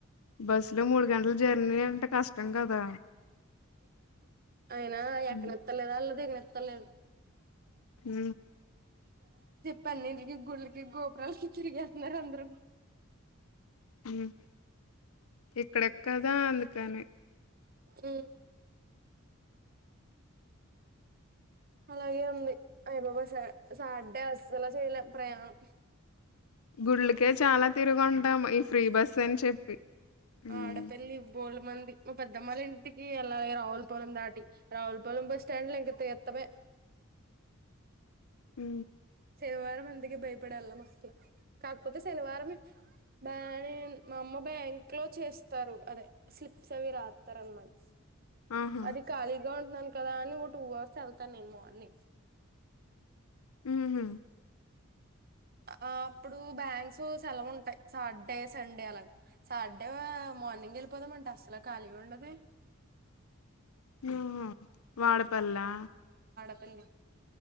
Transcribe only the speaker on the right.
అయనా అయకవొత్తలేదా
అల్ద దేగ తలేం
పన్నటికి గుళ్ళకి గోపురాలకి తిరిగేస్తున్నారు అందరును
ఊ అలాగే ఉంది అయ బాబోయ్ ల సాడే అసలా చేయలేం ప్రయాణం
ఆడపెళ్లి ఉమ్ పోల మంది మా పెద్దమోల ఇంటికి ఎళ రయావుల్ పురం దాటి రావులపొలెం బస్ స్టాండ్ లో ఇంకా తీర్తమే
శనివారం మందికి బయ్ ఇప్పుడెళ్ళం అస్సల కాకపోతే శనివారం బ్యా ఇన్ మా అమ్మ బ్యాంక్ లో చేస్తారు అదె స్లిప్సవి రాత్తారనమాట
అది కాలీది యోగ్నాన్ కదా అని ఓ టూ అర్స్ చదుతా నేను మార్నింగ్
ఆ అప్పుడు బ్యాంక్ సో సెలవుంటాయి సార్డే సండే అలాగ సార్డే ఆ మార్నింగెళ్ళిపోదాంమంటే అస్సల ఖాళీగా ఉండదె
అన్ని